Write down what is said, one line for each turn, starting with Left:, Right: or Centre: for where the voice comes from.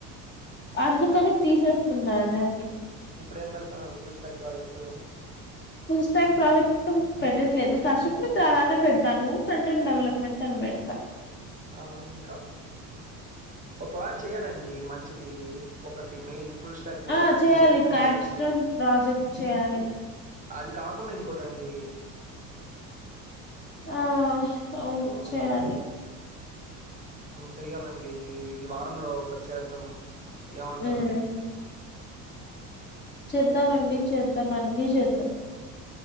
Left: అందుకనే తీసేస్తున్నారు దాన్ని
Right: ఇప్పుడు ఏం పెడుతున్నారు full stack project
Left: full stack project పెట్టట్లేదు కర్షక్ మిత్ర అలానే పెడతాను ఫ్రంట్లైన్ డెవలప్మెంట్ అని పెడతా
Right: ఆ ఇంకా ఒక ప్రాజెక్టు చేయాలండి మంచిది ఒకటి మెయిన్ ఫుల్ స్టాక్ మీద
Left: ఆ
Right: ఇప్పుడు
Left: చేయాలి
Right: నేర్చుకున్నందుకు
Left: క్యాప్స్టోన్ ప్రాజెక్ట్ చేయాలి
Right: అది కాకుండా ఇంకోటండి
Left: ఆ అవును
Right: మ్మ్
Left: చేయాలి
Right: చెయ్యాలండి ఈ వారంలో ఒకటి చేద్దాం ఏమంటారు
Left: ఉమ్, చేద్దామండి చేద్దాం అన్నీ చేద్దాం